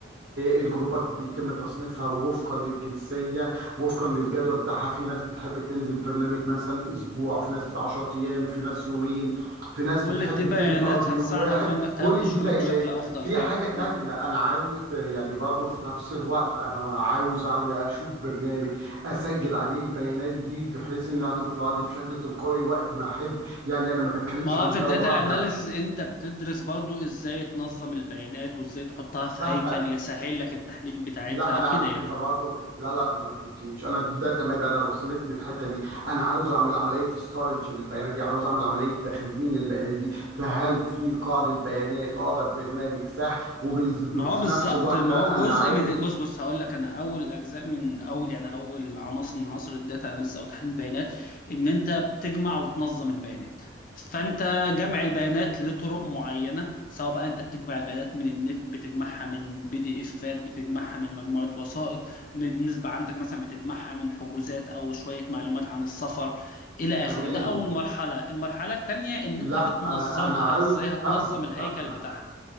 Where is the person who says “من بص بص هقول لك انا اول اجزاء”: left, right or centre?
Left